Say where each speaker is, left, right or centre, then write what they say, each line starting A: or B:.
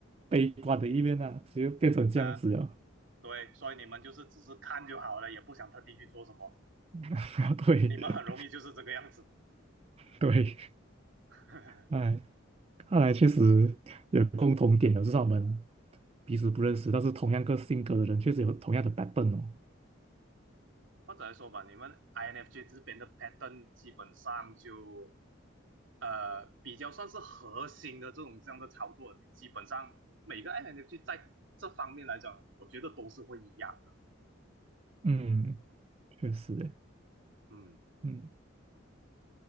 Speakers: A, on the right (about 30°); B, on the right (about 70°).
A: 悲观的一面啊，所以就变成这样子了。
B: 啊、呃对，所以你们就是只是看就好了，也不想特地去做什么。
A: <laughs> 对
B: 你们很容易就是这个样子，
A: 对，
B: <laughs>
A: 哎，看来确实有共同点的，至少我们彼此不认识，但是同样个性格的人，确实有同样的 pattern 哦。
B: 或者来说吧，你们 INFJ 这边的 pattern 基本上就呃比较算是核心的这种这样的操作，你基本上每个 INFJ 在这方面来讲，我觉得都是会一样的。
A: 嗯，确实耶，
B: 嗯，
A: 嗯，